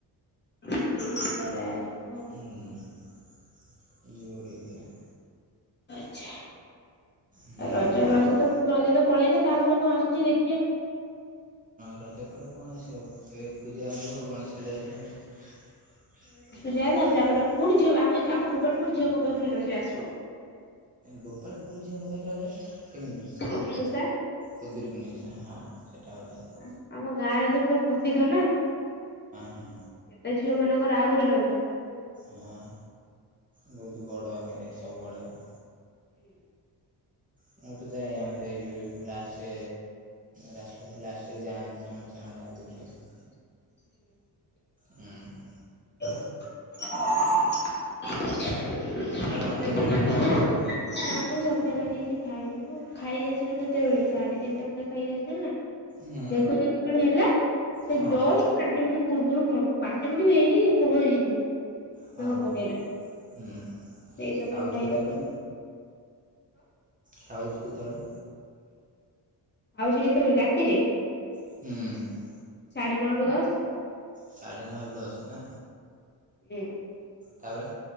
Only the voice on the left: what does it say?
ହେଇଥିଲା ତାହେଲେ। ନା।
ଆଚ୍ଛା।
ରଜ ରଜ ତ ରଜ ତ ପଳେଇଲା ତାପରେ କଣ ଆସୁଛି ଦେଖିବା।
ଗଣେଶ ପୂଜା ତାପରେ ଆମର ପୁଣି ଝିଅ ଆମ ଆମ ଗୋପାଳପୁର ଝିଅଙ୍କ ପାଇଁ ପୁଣି ରଜ ଆସିବ।
ପୁଣି ଓଷା
ଆମ ଆମ ଗାଁରେ ତ ପୁରା ପ୍ରସିଦ୍ଧ ନା। ସେଟା
ଝିଅ ମାନଙ୍କର ଆଉ ଗୋଟେ ରଜ।
ହୁଁ।
<inaudible> ଖବର।
ନାଁ, ମୁଁ ସନ୍ଧ୍ୟାବେଳେ ଆଜି କିଛି ଖାଇନି। ମୁଁ ଖାଇକି ଆସିଥିଲୁ କେତେବେଳେ! ସାଢେ ତିନିଟା ବେଳେ ଖାଇକି ଆସିଥିଲି ନା।
ମେଘ ଯେତେବେଳେ ହେଲା, ସେ
ଜଷ୍ଟ ପାଞ୍ଚ ମିନ୍ଟି ପୂର୍ବରୁ ପହ, ପାଞ୍ଚ ମିନ୍ଟି ବି ହେଇ ହେଇ ସବୁ ହେଇଯିଚୁ।
ମେଘ ପକେଇଲା।
ସେଇ ସମୟ
ରେ ଖାଇକି
ଆସିଲୁ।
ଖାଉଛି କେତେବେଳେ ରାତିରେ?
ସାଢ଼େ ନଅ ରୁ ଦଶ।
ହିଁ।